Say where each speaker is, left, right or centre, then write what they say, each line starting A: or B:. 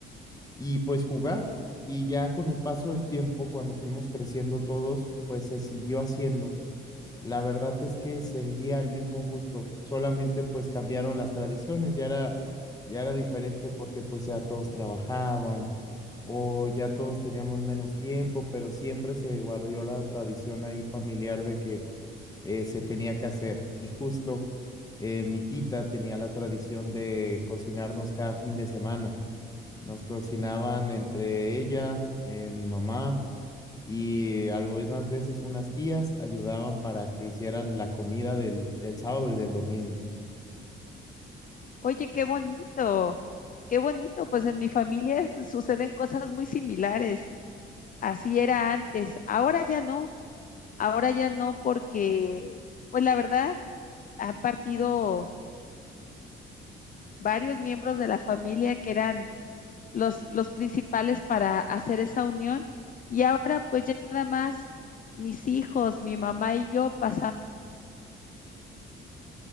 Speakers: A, on the left; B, on the left.
A: y pues jugar. Y ya con el paso del tiempo, cuando fuimos creciendo todos, pues se siguió haciendo la verdad es que seguía el mismo gusto, solamente pues cambiaron las tradiciones, ya era, ya era diferente porque pues ya todos trabajaban o ya todos teníamos menos tiempo, pero siempre se guardó la tradición ahí familiar de que eh, se tenía que hacer. Y justo eh, mi tita tenía la tradición de cocinarnos cada fin de semana. Nos cocinaban entre ella, eh, mi mamá y algunas veces unas tías ayudaban para que hicieran la comida del, del sábado y del domingo.
B: Oye, qué bonito, qué bonito, pues en mi familia es- suceden cosas muy similares, así era antes, ahora ya no, Ahora ya no porque, pues la verdad, han partido varios miembros de la familia que eran los, los principales para hacer esa unión y ahora pues ya nada más mis hijos, mi mamá y yo pasamos